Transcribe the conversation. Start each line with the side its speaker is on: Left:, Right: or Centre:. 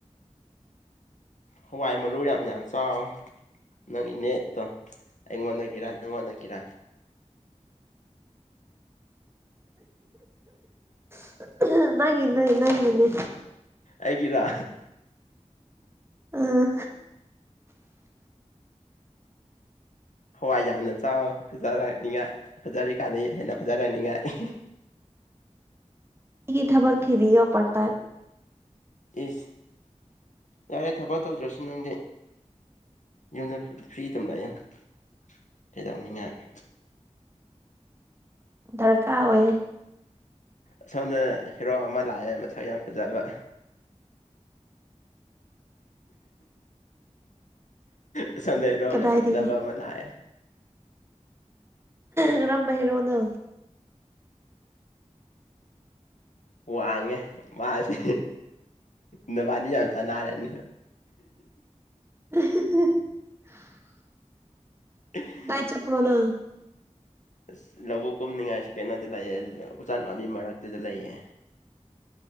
Left: ꯍꯋꯥꯏ ꯃꯔꯨ ꯌꯥꯝ ꯌꯥꯝ ꯆꯥꯎ ꯅꯪꯒꯤ ꯅꯦꯠꯇꯣ ꯑꯩꯉꯣꯟꯗꯒꯤꯔ ꯅꯪꯉꯣꯟꯗꯒꯤꯔ
Right: <unintelligible> ꯅꯪꯒꯤꯅꯤ ꯅꯪꯒꯤꯅꯤ
Left: ꯑꯩꯒꯤꯔ
Right: ꯑꯥ <inaudible>
Left: ꯍꯋꯥꯏ ꯌꯥꯝꯅ ꯆꯥꯎ ꯐꯖꯔꯛꯅꯤꯉꯥꯏ ꯐꯖꯔꯤꯀꯥꯟꯗ ꯍꯦꯟꯅ ꯐꯖꯔꯛꯅꯤꯉꯥꯏ
Right: ꯑꯩꯒꯤ ꯊꯥꯕꯛ ꯊꯤꯕꯤꯋꯣ ꯄꯔꯠ ꯇꯥꯝ
Left: ꯑꯤꯁ ꯌꯥꯔꯦ ꯊꯥꯕꯛ ꯇꯧꯗ꯭ꯔꯁꯨ ꯅꯪꯗꯤ ꯌꯨꯝꯗ ꯐ꯭ꯔꯤ ꯑꯗꯨꯝ ꯂꯩꯑꯣ ꯀꯩꯗꯧꯅꯤꯡꯉꯥꯏ
Right: ꯗꯔꯀꯥꯔ ꯑꯣꯏꯌꯦ
Left: ꯑꯁꯣꯝꯗ ꯍꯦꯔꯣ ꯑꯃ ꯂꯥꯛꯑꯦ ꯃꯁꯛ ꯌꯥꯝ ꯐꯖꯕ ꯑꯁꯣꯝꯗ ꯍꯦꯔꯣ
Right: ꯀꯗꯥꯏꯗꯒꯤ
Left: ꯌꯥꯝ ꯐꯖꯕ ꯑꯃ ꯂꯥꯛꯑꯦ
Right: ꯀꯔꯝꯕ ꯍꯦꯔꯣꯅꯣ
Left: ꯋꯥꯡꯉꯦ ꯃꯥꯁꯦ ꯅꯕꯥꯟꯅꯤ ꯌꯥꯝ ꯆꯅꯥꯔꯅꯤ
Right: <unintelligible>
Left: <inaudible>
Right: ꯀꯥꯏ ꯆꯠꯄꯔꯣ ꯅꯪ
Left: ꯑꯁ ꯂꯧꯕꯨꯛ ꯀꯨꯝꯅꯤꯡꯉꯥꯏꯁꯤ ꯀꯩꯅꯣꯗ ꯂꯩꯏ ꯎꯆꯥꯟ ꯄꯥꯝꯕꯤ ꯃꯔꯛꯇꯨꯗ ꯂꯩꯌꯦ